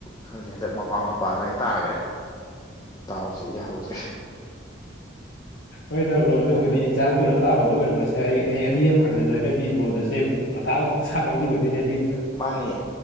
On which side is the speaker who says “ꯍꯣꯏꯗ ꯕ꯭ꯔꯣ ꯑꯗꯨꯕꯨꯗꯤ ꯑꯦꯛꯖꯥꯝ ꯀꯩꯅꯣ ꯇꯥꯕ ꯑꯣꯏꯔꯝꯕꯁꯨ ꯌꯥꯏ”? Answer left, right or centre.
Left